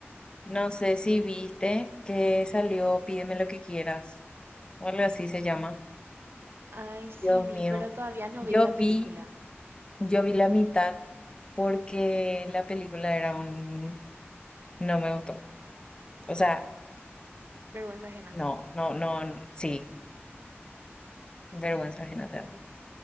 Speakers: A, on the left (about 20°); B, on the right (about 60°).
A: no sé si viste que salió Pídeme lo que quieras, o algo así se llama.
B: Ay, sí
A: Dios
B: vi,
A: mío,
B: pero todavía no
A: yo
B: vi la
A: vi,
B: película.
A: yo vi la mitad porque la película era un, no me gustó. O sea,
B: Vergüenza ajena.
A: no, no, no, sí. Vergüenza ajena te
B: No,
A: da.